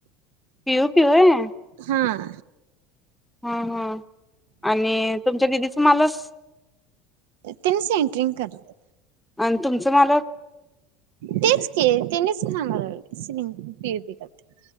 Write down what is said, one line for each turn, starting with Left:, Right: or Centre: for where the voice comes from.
Centre: पि यो पी होय.
Right: हां
Centre: हा हा आणि तुमच्या दिदीच मालस
Right: तेनी सेंट्रिंग करतात.
Centre: आणि तुमचं मालक
Right: तेच की तेन्हीच सांगलेलं सिलिंग पी यो पी करत्यात.